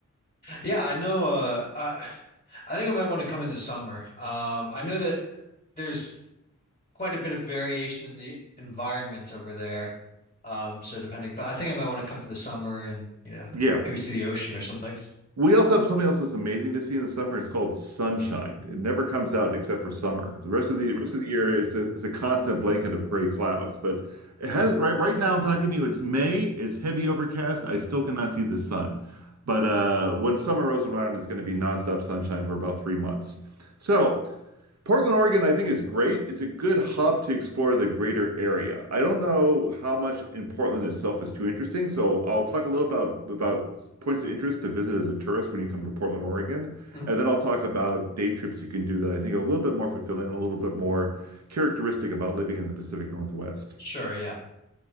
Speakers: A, on the left (about 25°); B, on the right (about 60°).
A: Yeah, I know uh I, I think I might want to come in the summer. Um I know that there's quite a bit of variation in the environments over there. Um so depending but I think I might want to come for the summer and, you know,
B: Yeah.
A: maybe see the ocean or something. <laughs>
B: We also have something else that's amazing to see in the summer. It's called sunshine. It never comes out except for summer. The rest of the rest of the year is a, is a constant blanket of gray clouds. But it has right right now I'm talking to you. It's May. It's heavy overcast. I still cannot see the sun. But uh, when summer rolls around, it's going to be nonstop sunshine for about three months. So. Portland, Oregon, I think is great. It's a good hub to explore the greater area. I don't know how much in Portland itself is too interesting, so I'll talk a little about about points of interest to visit as a tourist when you come to Portland, Oregon,
A: Mhm.
B: and then I'll talk about day trips you can do that I think are a little bit more fulfilling and a little bit more characteristic about living in the Pacific Northwest.
A: Sure, yeah.